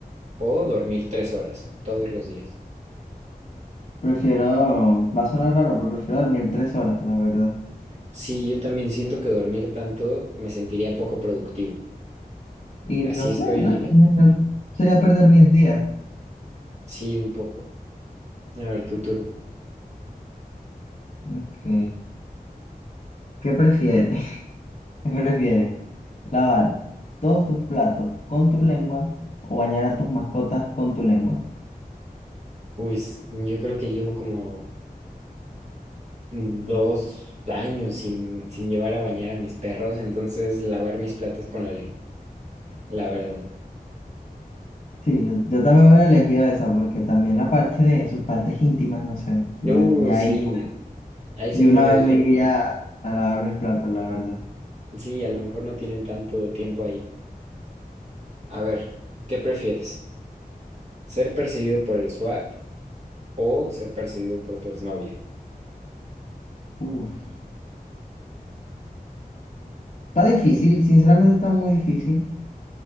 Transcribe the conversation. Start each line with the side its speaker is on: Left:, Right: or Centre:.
Right: o dormir 3 horas todos los días.
Left: Prefiero, va a sonar raro, pero prefiero dormir tres horas, la verdad.
Right: Sí, yo también siento que dormir tanto me sentiría poco productivo.
Left: Y
Right: Así
Left: no sé,
Right: estoy,
Left: ¿no? En general, Sería perder mi día.
Right: sí, un poco. A ver, tu turno.
Left: Ok. ¿Qué prefieres? <laughs> ¿Qué prefieres? ¿Lavar todos tus platos con tu lengua o bañar a tus mascotas con tu lengua?
Right: Uy, s- yo creo que llevo como dos años sin, sin llevar a bañar a mis perros, entonces lavar mis platos con la lengua, la verdad.
Left: Sí, yo, yo también hubiera elegido esa porque también la parte de sus partes íntimas, no sé, ya,
Right: Uh,
Left: ya
Right: sí,
Left: ahí
Right: ahí se
Left: de
Right: pone
Left: una vez
Right: <laughs> duro.
Left: me iría a lavar mis platos, la verdad.
Right: Sí, a lo mejor no tienen tanto tiempo ahí. A ver, ¿qué prefieres? ¿Ser perseguido por el SWAT o ser perseguido por tu exnovia?
Left: Uf. Está difícil, sinceramente está muy difícil,